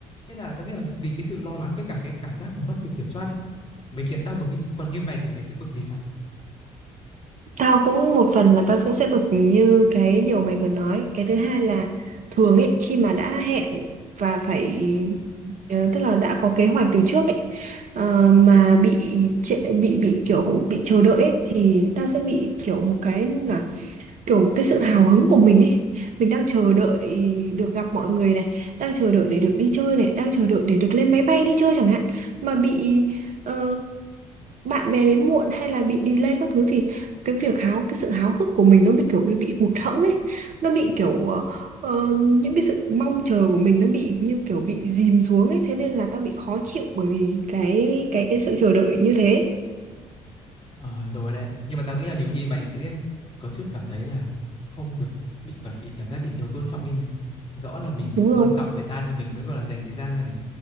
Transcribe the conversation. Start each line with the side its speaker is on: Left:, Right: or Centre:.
Left: Thế là tao nghĩ là vì cái sự lo lắng với cả cái cảm giác mà mất quyền kiểm soát ấy, mới khiến tao bực ấy. Còn như mày thì mày sẽ bực vì sao?
Right: Tao cũng một phần là tao cũng sẽ bực như cái điều mày vừa nói. Cái thứ hai là thường ấy khi mà đã hẹn và phải ờ, tức là đã có kế hoạch từ trước ấy ờ, mà bị trệ- bị bị kiểu bị chờ đợi ấy, thì tao sẽ bị kiểu một cái kiểu cái sự hào hứng của mình ấy mình đang chờ đợi được gặp mọi người này đang chờ đợi để được đi chơi này đang chờ đợi để được lên máy bay đi chơi chẳng hạn mà bị ờ, bạn bè đến muộn hay là bị delay các thứ thì cái việc háo cái sự háo hức của mình nó bị kiểu bị bị hụt hẫng ấy nó bị kiểu ờ, ờ, những cái sự mong chờ của mình nó bị như kiểu bị dìm xuống ấy thế nên là tao bị khó chịu bởi vì cái cái cái sự chờ đợi như thế
Left: Ờ, rồi đấy nhưng mà tao nghĩ là nhiều khi mày sẽ có chút cảm thấy là không được bị gọi là bị cảm giác bị thiếu tôn trọng ấy mày rõ là mình
Right: đúng rồi
Left: tôn trọng người ta thì mình mới gọi là dành thời gian ra để